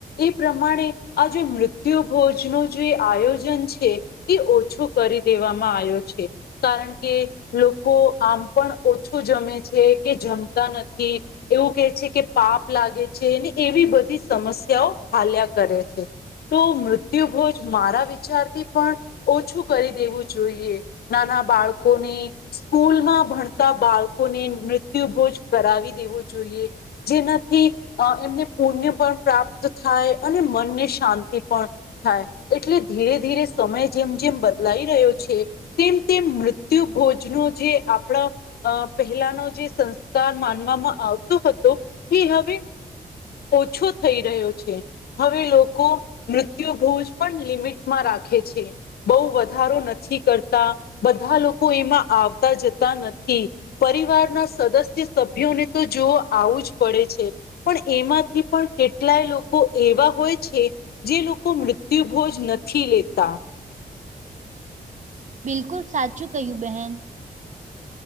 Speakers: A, on the left; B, on the right.
A: એ પ્રમાણે આ જે મૃત્યુ ભોજ નો જે આયોજન છે એ ઓછો કરી દેવામાં આયો છે કારણ કે લોકો આમ પણ ઓછું જમે છે કે જમતા નથી એવું કેહે છે કે પાપ લાગે છે ને એવી બધી સમસ્યાઓ હાલ્યા કરે છે તો મૃત્યુભોજ મારા વિચારથી પણ ઓછું કરી દેવું જોઈએ નાના બાળકોને સ્કૂલમાં ભણતા બાળકોને મૃત્યુભોજ કરાવી દેવો જોઈએ જેનાથી અ એમને પુણ્ય પણ પ્રાપ્ત થાય અને મનને શાંતિ પણ થાય એટલે ધીરે ધીરે સમય જેમ જેમ બદ લાઈ રહ્યો છે તેમ તેમ મૃત્યુ ભોજ નો જે આપડા અ પહેલાનો જે સંસ્કાર માનવામાં આવતો હતો એ હવે ઓછો થઈ રહ્યો છે હવે લોકો મૃત્યુભોજ પણ લિમિટમાં રાખે છે બઉ વ ધારો નથી કરતા બધા લોકો એમાં આવતા જતા નથી પરિવારના સદસ્ય સભ્યોને તો જોવો આવું જ પડે છે પણ એમાંથી પણ કેટલાય લોકો એવા હોય છે જે લોકો મૃત્યુભોજ નથી લેતા
B: બિલકુલ સાચું કયું બહેન